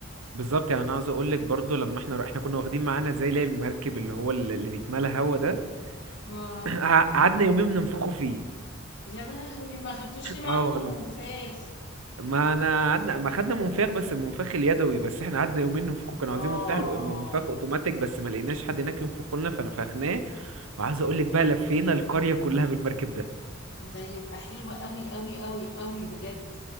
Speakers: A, on the right; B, on the left.
A: بالظبط يعني انا عاوز اقول لك برضو لما احنا احنا كنا واخدين معانا زي اللي هي المركب اللي هو اللي اللي بيتملى هوا ده
B: اه
A: <clears throat> قعدنا يومين بننفخه فيه
B: يا لهوي ما خدتوش لي معاكم
A: اه والله
B: فاخ
A: ما انا قعدنا ما خدنا منفاخ بس المنفاخ اليدوي بس احنا قعدنا يومين ننفخه كانوا عايزين
B: اه
A: مفتاح الأو- منفاخ اوتوماتيك بس ما لقيناش حد هناك ينفخه لنا فنفخناه وعايز اقول لك بقى لفينا القرية كلها بالمركب ده
B: ده يبقى حلو قوي قوي قوي قوي بجد